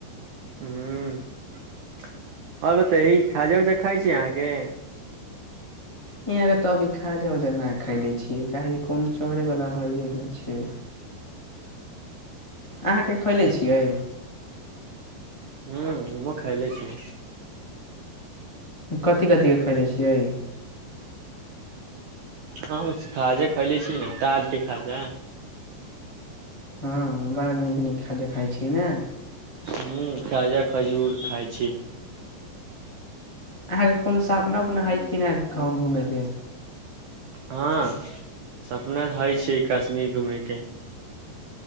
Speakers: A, on the right; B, on the left.
A: ह्म्म, आओर बतेई खाजा उजा खाइ छी अहाँके।
B: यहाँ के त खाजा उजा नहि खायले छियै, काहि कोनो चढ़ेवला हइए नई छै। अहाँ के खईले छियै।
A: हू, हमहु खायले छी।
B: कती कती खईले छियई।
A: हम खाजा खयले छी, तार के खाजा
B: हँ, बड़ नीक नीक खाजा खाइत छियै न।
A: ह्म्म, खाजा खजूर खाय छी।
B: अहाँके कोनो सपना उपना हई कि ना कहू घूमय के।
A: हँ, सपना हई छी कश्मीर घूमे के।